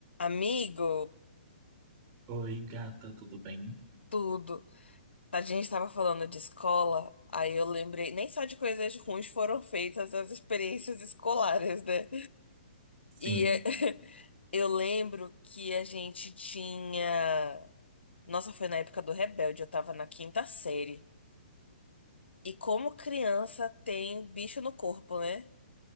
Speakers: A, on the left; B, on the right.
A: Amigo,
B: Oi, gata, tudo bem?
A: tudo. A gente tava falando de escola, aí eu lembrei, nem só de coisas ruins foram feitas as experiências escolares, né?
B: Sim.
A: E é, <laughs> eu lembro que a gente tinha. Nossa, foi na época do Rebelde, eu tava na quinta série. E como criança tem bicho no corpo, né?